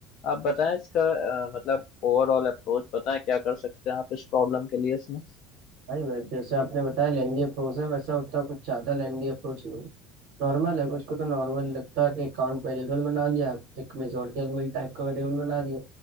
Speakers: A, on the left (about 55°); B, on the right (about 65°).
A: आप बताएं इसका अ, मतलब ओवरऑल अप्रोच बताएं क्या कर सकते हैं आप इस प्रॉब्लम के लिए इसमें
B: भाई वैसे जैसे आपने बताया लेंदी अप्रोच है वैसा उतना कुछ ज़्यादा लेंदी अप्रोच नहीं है नॉर्मल है कुछ को तो नॉर्मल लगता है कि अकाउंट वेरिएबल बना लिया एक मेजोरिटी एलिमेंट टाइप का वेरिएबल बना लिया